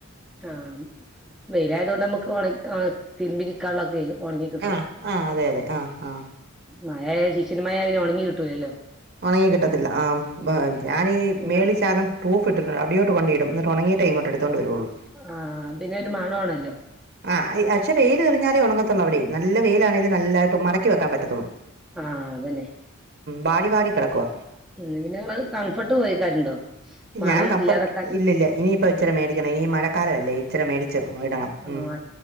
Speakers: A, in the centre; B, on the right (about 50°).
A: ആ വെയിലായത് കൊണ്ട് നമ്മുക്ക് ഒണക്കി <unintelligible> തിരുമ്പിക്കാനുള്ളത് വെരും ഉണങ്ങി കിട്ടും
B: ആ ആ അതെ അതെ ആ ആ
A: മഴ ശിശിര മഴ പിന്നെ ഉണങ്ങി കിട്ടൂലല്ലോ.
B: ഉണങ്ങി കിട്ടത്തില്ല ആ
A: ആഹ്
B: പ ഞാനീ ചാർ <unintelligible> അവിടോട്ട് കൊണ്ടയിടും എന്നിട്ട് ഉണങ്ങിയിട്ടേ ഇങ്ങോട്ട് എടുത്തോണ്ട് വരുള്ളു.
A: ആഹ് പിന്നെ ഒരു മണാണല്ലോ.
B: ആ പക്ഷെ വെയിൽ തെളിഞ്ഞാലെ <unintelligible> ഉണങ്ങത്തുള്ള അവിടെ നല്ല വെയിലാണേലും നല്ലായിട്ട് മടക്കി വെക്കാ പറ്റത്തുള്ളൂ.
A: ആ അതന്നെ
B: വാടി വാടി കിടക്കുവ
A: ഉം പിന്നെ ഞങ്ങള് കംഫർട്ട് ഉപയോഗിക്കാറുണ്ടോ മണം
B: ഞാൻ കംഫർട്ട്
A: ഇല്ലാതാക്കാന്
B: ഇല്ലില്ല ഇനിയിപ്പ ഇച്ചരി മേടിക്ക ഈ മഴക്കാലമല്ലേ ഇച്ചിരി മേടിച്ച് ഇടണം
A: ആ
B: ഉം.